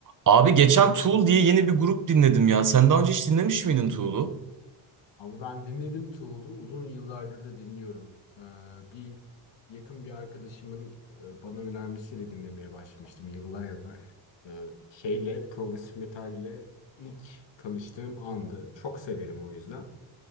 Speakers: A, on the right; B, on the left.
A: Abi geçen Tool diye yeni bir grup dinledim ya. Sen daha önce hiç dinlemiş miydin Tool'u?
B: Abi ben dinledim Tool'u. Uzun yıllardır da dinliyorum. Ee, bir yakın bir arkadaşımın e, bana önermesiyle dinlemeye başlamıştım yıllar evvel. Ee, şeyle, progresif metalle ilk tanıştığım andı. Çok severim o yüzden.